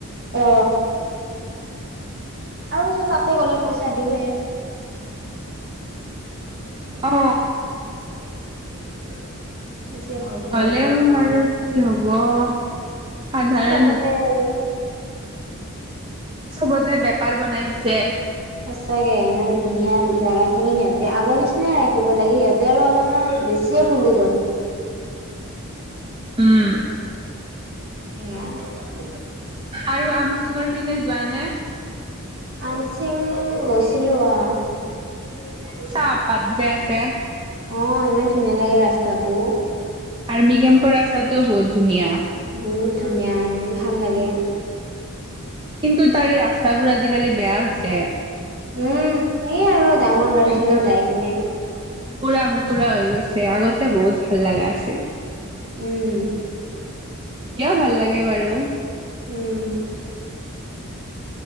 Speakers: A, on the right (about 45°); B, on the right (about 20°).
A: অ আৰু যে তাতে গ'লে পইচা দিওঁৱে।
B: অ।
A: <unintelligible> যে হম
B: হ'লেও আৰু কি হ'ব? সাধাৰণ
A: চবতে আৰু
B: চবতে বেপাৰ বনাই দিছে।
A: সঁচাকে ইমান ধুনীয়া জেগা খিনি সিহঁতে আগৰ নিচিনা ৰাখিব লাগে সিহঁতে আৰু অলপমান বেছিয়ে ফুলি গ'ল।
B: উম।
A: সেইয়া <unintelligible>
B: আৰু আমচিঙৰ পিনে যোৱা নে?
A: আমচিং গৈছিলো অ। <unintelligible>
B: চাহপাত যে আছে
A: অ ইমান ধুনীয়া লাগে ৰাস্তাটো।
B: অৰ্মিকেম্পৰ ৰাস্তাটোও বহুত ধুনীয়া।
A: বহুত ধুনীয়া উম ভাল লাগে।
B: কিন্তু তাৰে ৰাস্তাবোৰ আজি-কালি বেয়া হৈছে।
A: উম সেই আৰু ডাঙৰ গাড়ী-চাড়ী
B: একদম
A: যাই পিনে
B: কুকুৰা মুকুৰা হৈ গৈছে। আগতে বহুত ভাল লাগা আছিল।
A: উম।
B: কিয় ভাল লাগে বাৰু?
A: উম।